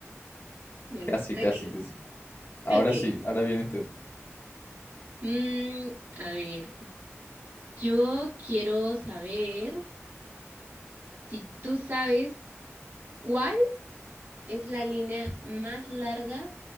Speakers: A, on the right; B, on the left.
A: Bueno,
B: Casi,
A: ok,
B: casi, casi. Ahora
A: ok.
B: sí, ahora vienes tú.
A: Mm, a ver, yo quiero saber si tú sabes cuál es la línea más larga